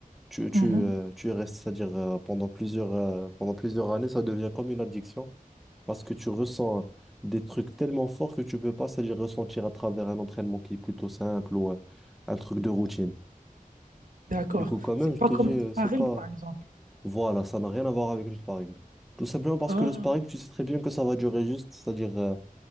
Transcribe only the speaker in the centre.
Tu, tu,
euh, tu y restes, c'est-à-dire euh, pendant plusieurs, euh, pendant plusieurs années, ça devient comme une addiction parce que tu ressens des trucs tellement forts que tu peux pas c'est-à-dire ressentir à travers un entraînement qui est plutôt simple ou euh, un truc de routine.
Du coup, quand même,
je
te
dis, euh,
c'est pas...
Voilà, ça n'a rien à voir avec le sparring. Tout simplement parce
que le sparring, tu sais très bien que ça va durer juste, c'est-à-dire euh,